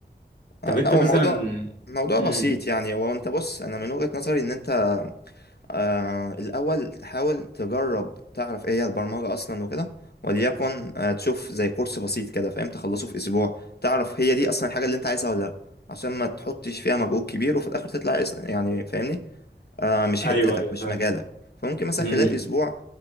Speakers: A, on the left; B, on the left.
A: آه
B: طب انت
A: لا، هو
B: مثلا
A: موضوع موضوع
B: امم
A: بسيط يعني هو انت بص انا من وجهة نظري ان انت آه الأول تحاول تجرب تعرف ايه هي البرمجة أصلا وكده وليكن آه تشوف زي كورس بسيط كده فاهم تخلصه في أسبوع تعرف هي دي أصلا الحاجة اللي انت عايزها ولا لأ عشان ما تحطش فيها مجهود كبير وفي الآخر تطلع اس- يعني فاهمني آه، مش
B: ايوه
A: حتتك
B: ايوه
A: مش
B: فاهم
A: مجالك فممكن مثلا
B: امم
A: خلال اسبوع